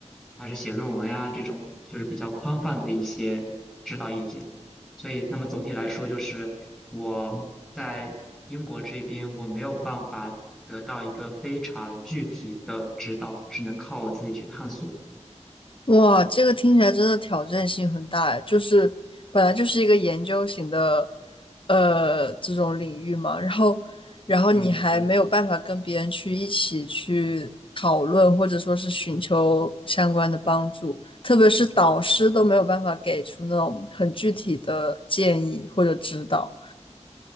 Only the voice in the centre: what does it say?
开始写论文呀，这种就是比较宽泛的一些指导意见。所以，那么总体来说，就是我在英国这边我没有办法得到一个非常具体的指导，只能靠我自己去探索。
嗯，对。